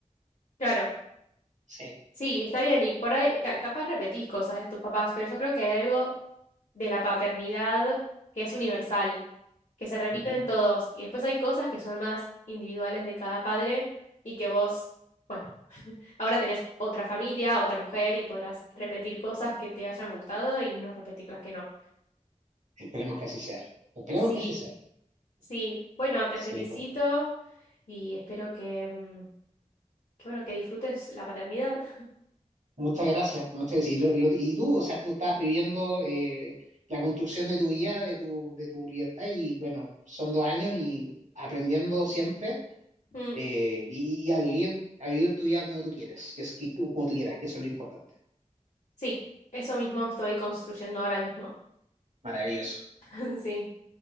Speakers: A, on the left (about 70°); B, on the right (about 70°).
A: claro,
B: Sí.
A: sí, está bien, y por ahí ca- capaz repetís cosas de tus papás, pero yo creo que hay algo de la paternidad que es universal, que se repite
B: Ujú.
A: en todos, y después hay cosas que son más individuales de cada padre y que vos... bueno Ahora tenés otra familia, otra mujer y podrás repetir cosas que te hayan gustado y no repetir las que no.
B: Esperemos que así sea. Esperemos
A: Sí,
B: que así sea.
A: sí. Bueno, te
B: Sí,
A: felicito
B: bueno.
A: y espero que, mm, que bueno, que disfrutes la paternidad. <laughs>
B: Muchas gracias por muchas gracias. Y, lo- lo- y tú, o sea, tú estás viviendo eh, la construcción de tu vida, de tu, de tu libertad, y bueno, son dos años y aprendiendo siempre
A: Mm,
B: eh, y, y a vivir, a vivir tu vida como tú quieres, que es que, tú- como tú quieras, que eso es lo importante.
A: sí, eso mismo estoy construyendo ahora mismo.
B: Maravilloso.
A: <laughs> Sí.